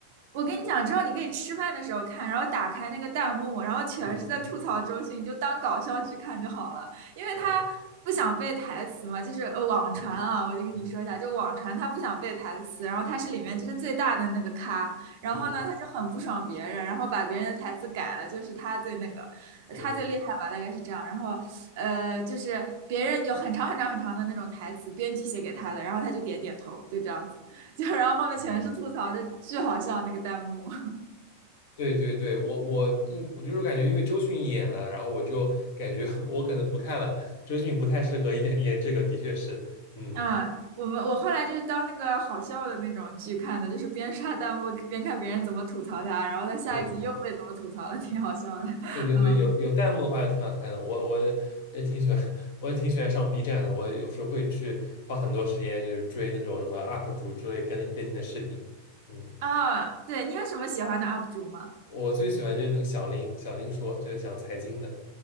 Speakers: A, on the right (about 50°); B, on the left (about 55°).
A: 我跟你讲，之后你可以吃饭的时候看，然后打开那个弹幕，然后全是在吐槽周迅，
B: 嗯嗯
A: 你就当搞笑剧看就好了，因为他不想背台词嘛，
B: 嗯
A: 就是呃网传啊，
B: 对
A: 我就跟你说一下，
B: 嗯
A: 就网传他不想背台词，然后他是里面就是最大的那个咖，然后呢他就很不爽别人，
B: 嗯
A: 然后把别人的台词改了，就是他最那个，
B: 嗯
A: 他最厉害吧，大概是这样，然后呃就是别人有很长很长很长的那种台词，编辑写给他的，然后他就点点头，就这样子。就然后后面全是吐槽的，
B: 嗯，
A: 巨好笑那个弹幕。
B: 对对对，我我嗯我就是感觉因为周迅演了，然后我就感觉 <laughs> 我可能不看了，周迅不太适合演演这个，的确是，嗯。
A: 嗯，我们我后来就是当那个好笑的那种剧看的，就是边刷弹幕边看别人怎么吐槽他，然后他下一集又被怎么吐槽了，
B: 对。
A: 挺好笑的。
B: 对对对，
A: 嗯
B: 有有弹幕的话就挺好看的，我我也挺喜欢，<laughs> 我也挺喜欢上 B 站的，我有时候会去花很多时间，就是追那种什么 UP 主之类更更新的视频。嗯，
A: 啊，对你有什么喜欢的 UP 主吗？
B: 我最喜欢就是那个小林，小林说就是讲财经的。